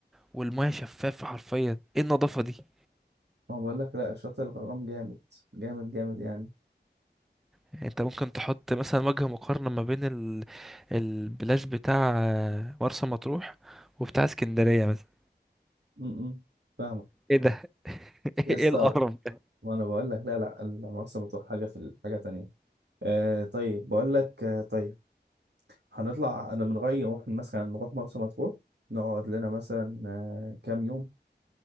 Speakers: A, in the centre; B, on the right.
A: والميه شفافه حرفيا ايه النظافه دي
B: ما بقول لك لا شط الغرام جامد جامد جامد يعني
A: يعني انت ممكن تحط مثلا وجه مقارنة ما بين ال... البلاش بتاع مرسى مطروح وبتاع اسكندرية مثلا
B: امم فاهمة
A: ايه ده <laughs>
B: يس
A: ايه القرف ده
B: وانا بقول لك لا لا المرسى مطروح حاجه في ال- حاجه تانية آه طيب بقول لك آه طيب هنطلع انا من رايي نروح مثلا نروح مرسى مطروح نقعد لنا مثلا آه كام يوم